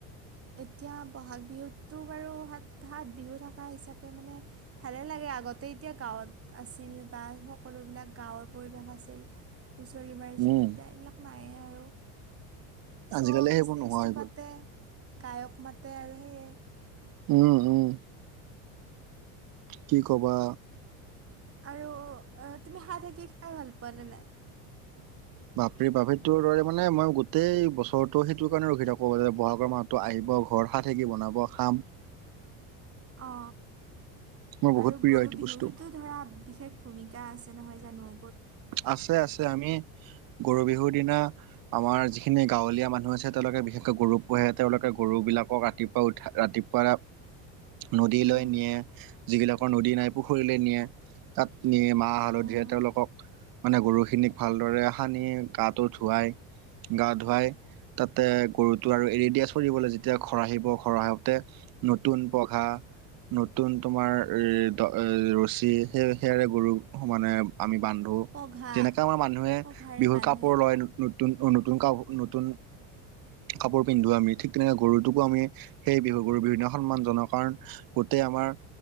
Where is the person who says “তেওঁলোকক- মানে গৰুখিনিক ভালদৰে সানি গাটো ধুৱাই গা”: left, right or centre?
Right